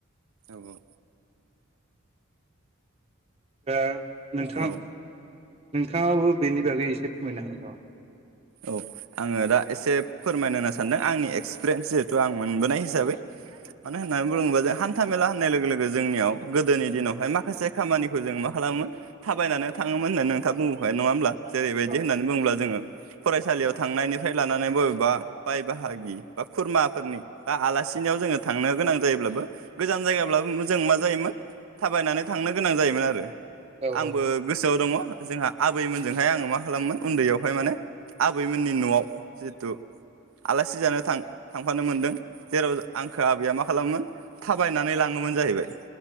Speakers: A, on the right; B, on the right.
A: औ औ
B: दा नोंथां
A: औ
B: नोंथाङाबो बेनि बागै एसे फोरमायनो हागोन नामा?
A: औ आङो दा एसे फोरमायनो होनो सानदों आंनि एक्सपिरियेन्स जिहेथु आं मोनबोनाय हिसाबै। मानो होननानै बुङोबा जा हान्था मेला होननाय लोगो लोगो जोंनियाव गोदोनि दिनावहाय माखासे खामानिखौ जों मा खालामोमोन थाबायनानै थाङोमोन होननानै नोंथाङा बुंबोखाबाय नङा होमब्ला जेरैबायदि
B: औ
A: होननानै बुङोब्ला जोङो फरायसालियाव थांनायनिफ्राय लानानै बबेबा बाय बाहागि बा खुरमाफोरनि बा आलासिनियाव जोङो थांनो गोनां जायोब्लाबो गोजान जायगाब्लाबो जों मा जायोमोन थाबायनानै थांनो गोनां जायोमोन आरो
B: औ
A: आंबो गोसोआव दङ'। जोंहा आबैमोनजोंहाय आङो मा खालामोमोन उन्दैयावहाय माने आबैमोननि न'आव जिहेथु आलासि जानो थां -थांफानो मोनदों जेराव आंखो आबैया मा खालामोमोन थाबायनानै लाङोमोन जाहैबाय।